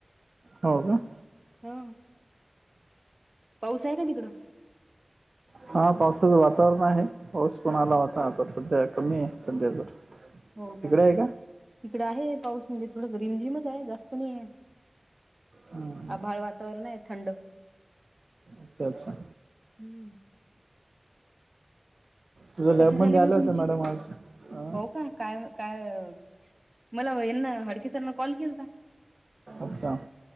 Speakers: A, on the right (about 60°); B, on the right (about 35°).
A: हो का.
B: हा. पाऊस आहे का तिकडं.
A: हा पावसाचं वातावरण आहे. पाऊस पण आला होता, आता सध्या कमी आहे सध्या तर.
B: हो
A: तिकडे
B: का
A: आहे
B: इकडे आहे पाऊस म्हणजे थोड रिमझिमच आहे जास्त नाही आहे.
A: हम्म,
B: आभाळ वातावरण आहे थंड.
A: अच्छा अच्छा.
B: हम्म.
A: तुझ्या लॅबमध्येध्ये
B: कशी झाली मग
A: आल्या
B: तुमची
A: होत्या मॅडम आज. हा
B: हो का काय काय. मला यांना हडकेसरांना कॉल केलता...
A: अच्छा